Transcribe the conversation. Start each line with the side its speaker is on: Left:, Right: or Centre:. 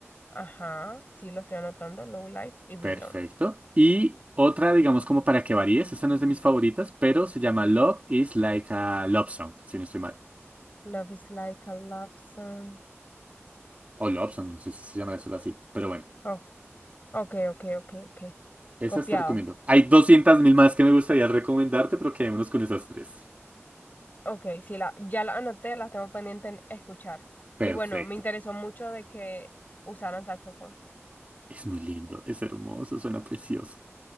Left: Ajá. Sí, lo estoy anotando. Low Life y Bilón.
Right: Perfecto. Y otra, digamos, como para que varíes, esta no es de mis favoritas, pero se llama Love is like a Love Song, si no estoy mal.
Left: Love is like a love song.
Right: O Love Song, no sé si se llama eso así, pero bueno.
Left: Oh, ok, ok, ok, ok.
Right: Esas
Left: Copiado.
Right: te recomiendo. Hay doscientas mil más que me gustaría recomendarte, pero quedémonos con esas tres.
Left: Ok, sí, la, ya la anoté, las tengo pendiente en escuchar.
Right: Perfecto.
Left: Y bueno, me interesó mucho de que usaran saxofón.
Right: Es muy lindo, es hermoso, suena precioso.